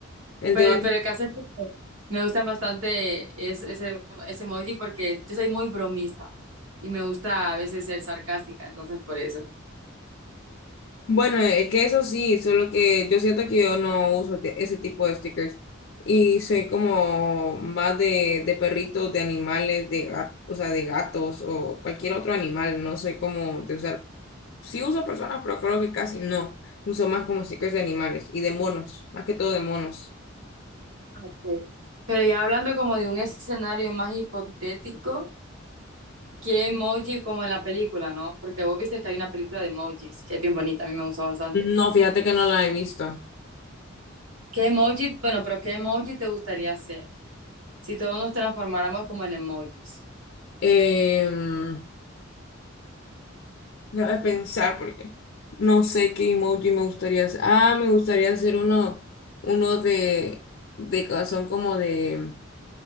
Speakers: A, on the left; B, on the right.
A: El
B: Pero,
A: de Barbie.
B: pero el caso es que me gustan bastante es- ese, ese emoji porque yo soy muy bromista y me gusta a veces ser sarcástica, entonces por eso.
A: Bueno, es que eso sí, solo que yo siento que yo no uso te- ese tipo de stickers y soy como más de, de perritos, de animales, de gatos, o sea, de gatos o cualquier otro animal, no soy como de usar, sí uso personas, pero creo que casi no, uso más como stickers de animales y de monos, más que todo de monos.
B: Ok. Pero ya hablando como de un escenario más hipotético, ¿qué emoji como en la película, no? Porque vos viste que hay una película de emojis que es bien bonita, a mí me gustó bastante.
A: No, fíjate que no la he visto.
B: ¿Qué emoji, bueno, pero qué emoji te gustaría ser si todos nos transformáramos como en emojis?
A: Em, Déjame pensar porque no sé qué emoji me gustaría hacer. Ah, me gustaría hacer uno, uno de, de corazón como de,